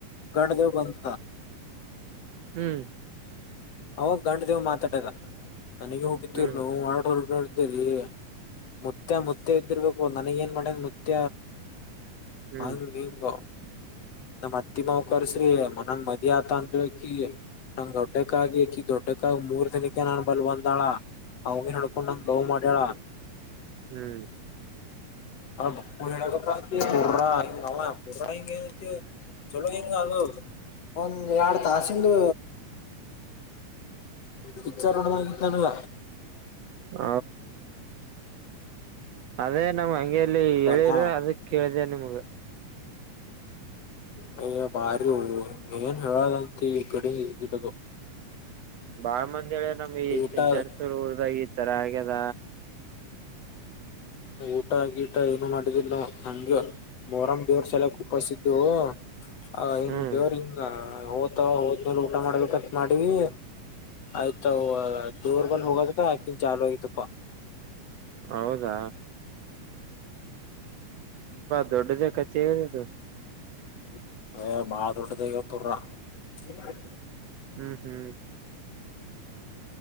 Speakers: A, on the left; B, on the right.
A: ಗಂಡ ದೇವ್ ಬಂದ
B: ಹ್ಮ್
A: ಅವ ಗಂಡ ದೇವ್ ಮಾತಾಡದ ನನಗೆ ಯಾಕೆ ಬಿದ್ದರ್ರಿ
B: ಹ್ಮ್
A: ನೀವು ಅಡ್ರ ಅಡ್ರ. ಮುತ್ತ ಮುತ್ತೆ ಇದ್ದಿರ್ಬೇಕು ನನಗ್ ಏನ್ ಮಾಡೇನ್ ಮುತ್ತ
B: ಹ್ಮ್
A: ಹಂಗಂಗ ನಮ್ ಅತ್ತಿ ಮಾವಕರ್ಸ್ರೀ ಮನನ್ ಮದ ಆತ ಅಂತಕಿ ನಂಗ್ ಗೊಡ್ಡ ಕ್ಕಗಕಿ ದೊಡ್ಡಕ್ಕಾಗಿ ಮೂರ್ ದಿನಕ್ಕೆ ನನ್ ಬಲ್ ಒಂದಾಳ ಅವನ ಹಡ್ಕೊಂಡ್ ನಂಗ ದವ ಮಾಡ್ಯಾಡ
B: ಹ್ಮ್
A: ಹ ಬು ಹೇಳಪ್ಪಾ ಪಾ ಹ ನಾವ ಪೋಸಾ ಹಿಂಗಗೆಏನು ಚಲೋ ಹಿಂಗ ಅದು ಒಂದ್ ಎರಡ್ ತಾಸಿಂದು ಪಿಚಾರಡ ನ ತಾಣುವ
B: ಹ ಅದೇ ನಮ ಹಂಗೇಲ್ಲಿ ಹೇಳಿರ
A: ನಾ
B: ಅದ ಕೇಳಿದೆ ನಿಮ್ಗ
A: ಹ ಈಗ ಬಾರಿ ಹ ಏನ್ ಹೇಳದಂತ ಈ ಕಡೆ ಇಡದು
B: ಬಾಳ ಮಂದಳ ನಮ್ ಈ
A: ಊಟ
B: ಚಿಂಚಾರಸೂರ್ ಊರದಾಗ ಈ ತರ ಆಗ್ಯದ
A: ಊಟ ಗಿ ಟ ಏನು ಮಾಡಿದಿಲ್ಲ ನ ಹಂಗಗೆ ಮೋರಾಮ್ ದೇವ್ರ ಸಲ ಉಪಾಸಿದ್ದು ಹ ಹಿಂಗ್
B: ಹ್ಮ್
A: ದೇವ್ರ ಹಿಂಗ ಹೋತಾವ ಹೋದ್ಮೇಲೆ ಊಟ ಮಾಡ್ಬೇಕಂತ ಮಾಡೀವ ಆಯ್ತ ದೂರ್ ಬಂದ ಹೋಗದತ್ತ ಯಾಕಿನ ಚಾಲ್ ಆಗತಪ್ಪಾ
B: ಹೌದಾ ದೊಡ್ಡದು ಕಚೆ <unintelligible>
A: <unintelligible> <unintelligible> <unintelligible>
B: ಹ್ಮ್ ಹ್ಮ್